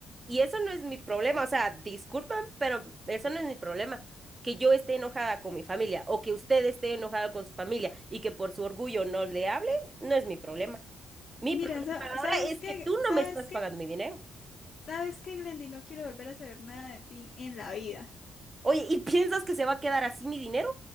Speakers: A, on the right (about 25°); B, on the left (about 55°).
A: y eso no es mi problema. O sea, disculpan, pero eso no es mi problema. Que yo esté enojada con mi familia o que usted esté enojada con su familia y que por su orgullo no le hable, no es mi problema. Mi
B: mira,
A: problema
B: sa-
A: ahora
B: ¿sabes
A: es
B: qué?
A: que tú
B: ¿Sabes
A: no me estás
B: qué?
A: pagando mi dinero.
B: ¿Sabes qué, Glendy? No quiero volver a saber nada de ti en la vida.
A: Oye, ¿y piensas que se va a quedar así mi dinero?